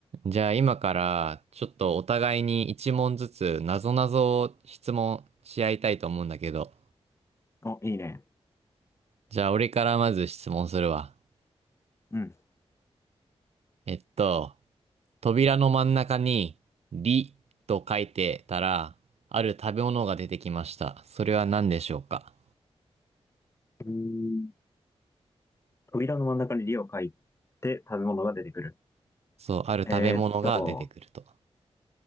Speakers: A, on the right (about 75°); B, on the left (about 25°).
A: じゃあ今からちょっとお互いに一問ずつなぞなぞを質問し合いたいと思うんだけど。
B: お、いいね。
A: じゃあ俺からまず質問するわ。
B: うん。
A: えっと、扉の真ん中にりと書いてたら、ある食べ物が出てきました。それは何でしょうか
B: うーん扉の真ん中に「り」を書いて食べ物が出てくる。
A: そう、ある食べ物が出てくると。
B: えーっと、